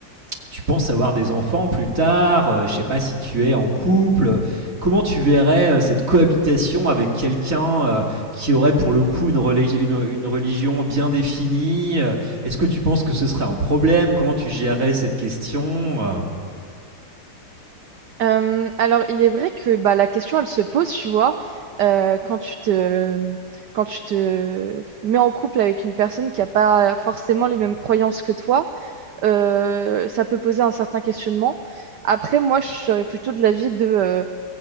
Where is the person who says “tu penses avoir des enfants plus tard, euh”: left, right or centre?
Right